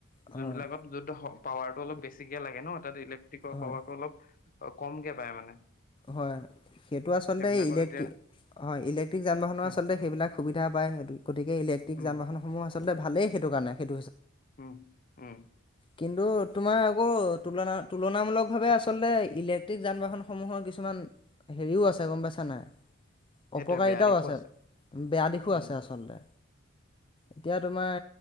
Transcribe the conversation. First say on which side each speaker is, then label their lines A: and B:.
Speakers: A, on the left (about 25°); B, on the left (about 40°).
A: হয়
B: যোনবিলাকত যত শব। পাৱাৰতো অলপ বেছিকে লাগে ন তাত ইলে। কি ক কৱা
A: হয়
B: প অলপ। অ কম গেপ। পায় মানে।
A: হয়, সেইটো আচলতে
B: সেইবিলাকত
A: ইলেক্ট্ৰিক।
B: এতিয়া
A: হয়, ইলেক্ট্ৰিক যান- বাহনৰ
B: উম
A: আচলতে সেইবিলাক সুবিধা পায়, গতিকে ইলেক্ট্ৰিক
B: উম,
A: যান-বাহনসমূহ আচলতে ভালেই সেইটো কাৰণে সে।
B: উম, উম।
A: কিন্তু, তোমাৰ আকৌ তুলনা -তুলনামূলক ভাৱে আচলতে ইলেক্ট্ৰিক যান-বাহনসমূহৰ কিছু। কিছুমান হেৰিও আছে গম পাইছা নাই,
B: সেইটোৱে
A: অপকাৰিতাও
B: বেয়া দিশো
A: আছে, বেয়া দিশো
B: উম,
A: আছে আচলতে। এতিয়া তোমাৰ,